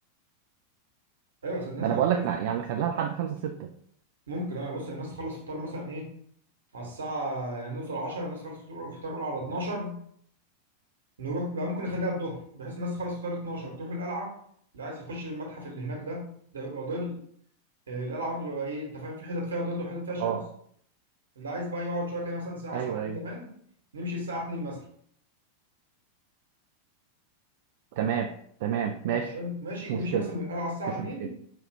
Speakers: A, on the right; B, on the right.
A: ايوه بس الناس
B: ما انا
A: هتطبخ
B: بقول لك نع- يعني نخليها لحد 5 6
A: ممكن اه بص الناس تخلص فطار مثلا ايه على الساعة يعني نوصل 10 الناس تخلص فطور فطار اولى على 12 نروح بقى ممكن نخليها الظهر بحيث الناس تخلص فطار 12 تروح القلعة اللي عايز يخش المتحف اللي هناك ده ده بيبقى ظل آه، القلعة برضه بيبقى ايه انت فاهم في حتت فيها ظل وحتت فيها شمس
B: اه
A: اللي عايز بقى يقعد شوية كده مثلا ساعة
B: ايوه
A: ساعتين
B: ايوه
A: كمان نمشي الساعة 2 مثلا
B: تمام تمام ماشي
A: حلو، ماشي
B: مش
A: نمشي
B: مشكله
A: مثلا من القلعة الساعة
B: مش
A: 2
B: مشكله